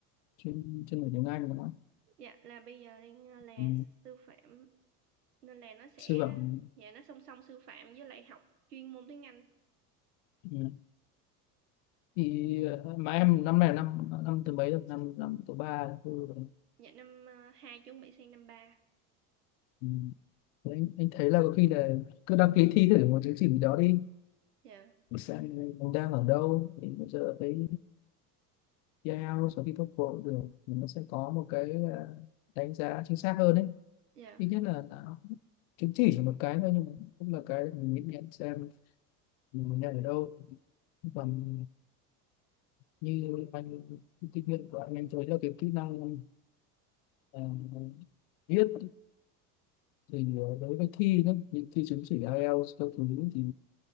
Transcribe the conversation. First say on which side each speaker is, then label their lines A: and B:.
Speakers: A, on the left; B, on the right.
A: chuyên chuyên ngữ tiếng Anh đúng không
B: dạ là bây giờ đang ờ, là
A: ừ.
B: sư phạm nên là nó sẽ
A: sư phạm
B: dạ nó song song sư phạm với lại học chuyên môn tiếng Anh
A: ừ. thì ờ, mà em năm này là năm năm thứ mấy rồi năm năm thứ ba thứ tư rồi
B: dạ năm ờ, hai chuẩn bị sang năm ba
A: ừ. Thế anh, anh thấy là có khi là cứ đăng ký thi thử một chứng chỉ gì đó đi
B: dạ
A: xem mình đang ở đâu thì bây giờ thấy IELTS sau khi tốt cũng được thì nó sẽ có một cái ờ, đánh giá chính xác hơn đấy
B: dạ
A: ít nhất là nó chứng chỉ chỉ một cái thôi nhưng mà cũng là cái để mình nhìn nhận xem mình nhận ở đâu còn như anh kinh nghiệm của anh em thấy là cái kỹ năng ờ, viết thì đối với thi đó thì thi chứng chỉ IELTS các thứ thì